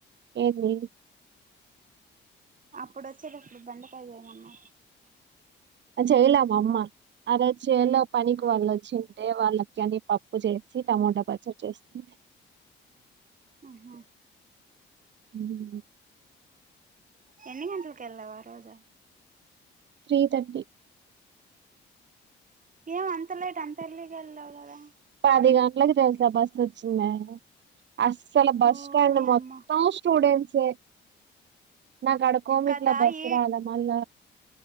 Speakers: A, on the right; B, on the right.
A: ఏంది
B: ఇప్పుడు అచ్చేటప్పుడు బెండకాయ ఏమన్నా
A: అ చేయలా మా అమ్మా అదై చేలొ పనికి వాళ్ళు ఒచ్చింటే వాళ్ళకి అని పప్పు జేసి టమాటా పచ్చడి చేసింది.
B: అహా
A: ఊమ్
B: ఎన్ని గంటలక్ ఎల్లావ్ ఆరోజు
A: త్రీ థర్టీ
B: ఏం అంతలేట్ అంత ఎర్లీ గా ఎళ్ళవ్ గదా?
A: పది గంటలకి తెల్సా బస్ ఒచ్చిందా అస్సల బస్
B: ఓయమ్మ
A: స్టాండ్ మొత్తం స్టూడెంట్సే నా కాడ కొమిట్ల
B: కదా
A: బస్సురాల
B: ఈ
A: మళ్ళ